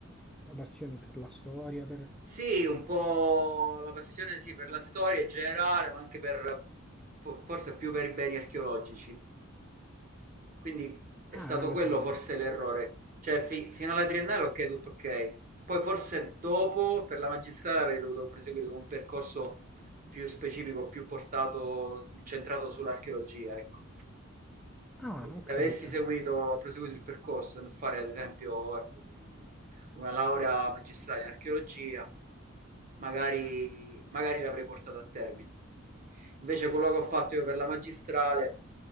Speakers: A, in the centre; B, on the right.
A: La passione per la storia, per...
B: Sì, un po' la passione sì, per la storia in generale, ma anche per... fo- forse più per i beni archeologici. Quindi è
A: Ah,
B: stato
A: è una cosa
B: quello
A: lunga.
B: forse l'errore. Cioè, fi- fino alla triennale ok, tutto ok. Poi forse dopo, per la magistrale, avrei dovuto proseguire con un percorso più specifico, più portato, incentrato sull'archeologia, ecco.
A: Ah,
B: Quindi
A: ho
B: se
A: capito.
B: avessi seguito, proseguito il percorso nel fare ad esempio ecco, un- una laurea magistrale in archeologia, magari, magari l'avrei portata a termine. Invece quello che ho fatto io per la magistrale